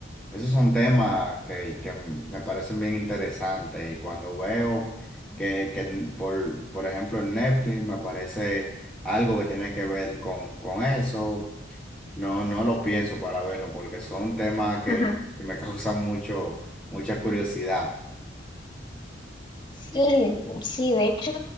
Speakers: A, in the centre; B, on the left.
A: esos son temas que, que me parecen bien interesantes y cuando veo que, que en- por, por ejemplo, en Netflix me aparece algo que tiene que ver con, con eso, no, no lo pienso para verlo porque son temas
B: <laughs>
A: que, que me <laughs> causan mucho, mucha curiosidad.
B: Sí, sí, de hecho,